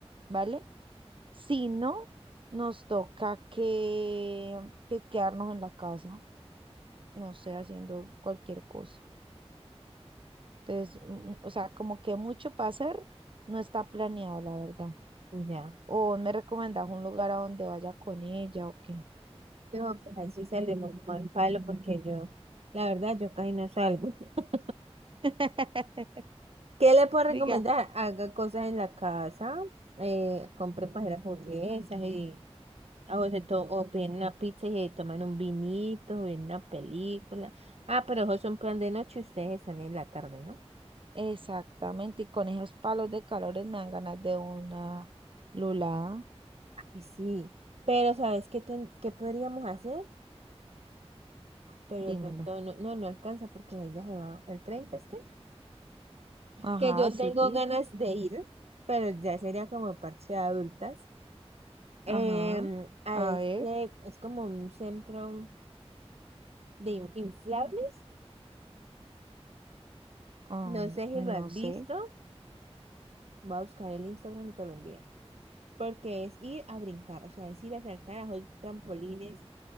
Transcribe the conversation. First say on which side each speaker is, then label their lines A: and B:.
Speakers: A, on the right; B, on the right.
A: ¿vale? Si no, nos toca que, que quedarnos en la casa, no sé, haciendo cualquier cosa. Entonces, mm, o sea, como que mucho para hacer no está planeado, la verdad.
B: Ya.
A: O me recomendás un lugar a donde vaya con ella o qué.
B: No, pues ahí sí salimos mal palo porque yo, la verdad, yo casi no salgo. <laughs>
A: <laughs>
B: ¿Qué le puedo recomendar?
A: Diga.
B: Haga cosas en la casa, eh, compre para hacer hamburguesas y o, se to- o piden una pizza y se toman un vinito, ven una película. Ah, pero eso es un plan de noche, ustedes están en la tarde, ¿no?
A: Exactamente, y con esos palos de calores me dan ganas de una lulada,
B: Y sí, pero ¿sabes qué, ten- qué podríamos hacer? Pero
A: dímelo.
B: de pronto no, no, no alcanza porque ella se va el 30, ¿es que?
A: Ajá,
B: que yo
A: sí,
B: tengo
A: pi,
B: ganas de ir, pero ya sería como parche de adultas, em,
A: ajá,
B: a
A: a
B: este,
A: ver,
B: es como un centro de in- inflables,
A: ah,
B: no sé si
A: no
B: lo has
A: sé,
B: visto, voy a buscar el Instagram y te lo envío, porque es ir a brincar, o sea, es ir a saltar a los trampolines